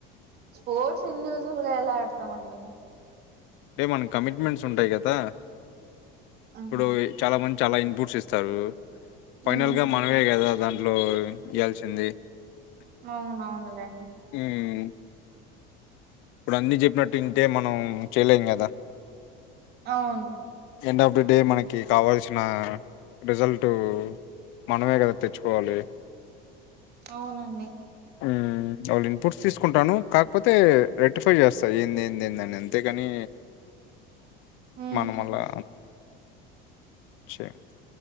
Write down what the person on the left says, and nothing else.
అంటే మనకి కమిట్మెంట్స్ ఉంటాయి కదా
ఇప్పుడు చాలా మంది చాలా ఇన్పుట్స్ ఇస్తారు ఫైనల్
గా మనమే కదా దాంట్లో ఇల్సింది
మ్ ఇప్పుడు అన్ని చెప్పినట్టు వింటే మనం చేయలేం కదా
ఎండ్ ఆఫ్ డే మనకి కావాల్సిన రిజల్టు మనమే కదా తెచ్చుకోవాలి
ఉమ్ వాళ్ళు ఇన్పుట్స్ తీసుకుంటాను కాకపోతే రెక్టిఫై చేస్తా ఏంది ఏంది ఏందని అంతే కాని
మనం అలా చే గా